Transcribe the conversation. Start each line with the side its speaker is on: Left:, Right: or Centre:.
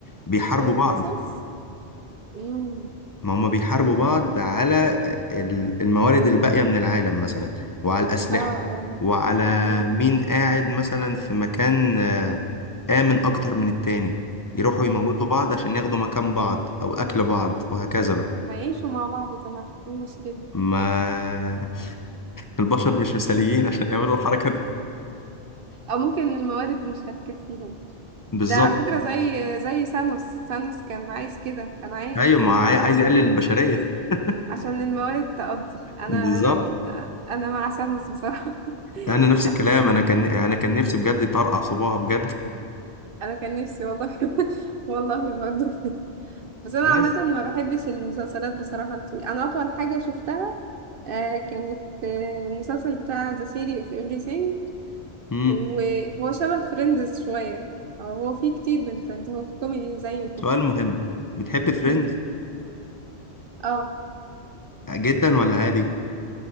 Left: بيحاربوا
Right: ليهم
Left: بعض
Right: قصص مم.
Left: ما هم بيحاربوا بعض على ال- الموارد الباقية من العالم مثلا وعلى الأسلحة
Right: اه اه
Left: وعلى
Right: مم.
Left: مين قاعد مثلا في مكان آه، آمن أكتر من التاني يروحوا
Right: مم.
Left: يموتوا
Right: مم.
Left: بعض عشان ياخدوا مكان بعض أو أكل بعض وهكذا بقى
Right: طب ما يعيشوا مع بعض تمام ايه المشكلة
Left: ما <laughs> البشر مش مثاليين عشان يعملوا الحركة دي
Right: او ممكن الموارد مش هتكفيهم
Left: بالظبط
Right: ده على فكرة زي زي سانوس سانوس كان عايز كده كان عايز
Left: أيوة ما
Right: ان
Left: عاي-
Right: معظم
Left: عايز يقلل البشرية <laughs>
Right: عشان الموارد تقضي انا
Left: بالظبط
Right: انا مت... انا مع سانوس بصراحة
Left: أنا
Right: <laughs>
Left: نفس الكلام أنا كان أنا كان نفسي بجد يطرقع صباعه بجد
Right: انا كان نفسي والله <laughs> والله برضه بس انا
Left: بس
Right: عامه ما بحبش المسلسلات بصراحه الطويله انا اطول حاجه شفتها آه كانت آه، المسلسل بتاع The Theory of Everything
Left: مم.
Right: وهو شبه فريندز شويه أو هو فيه كتير من فريندز هو كوميدي زيه
Left: سؤال
Right: كده
Left: مهم بتحب فريندز
Right: مم. اه
Left: جدا ولا عادي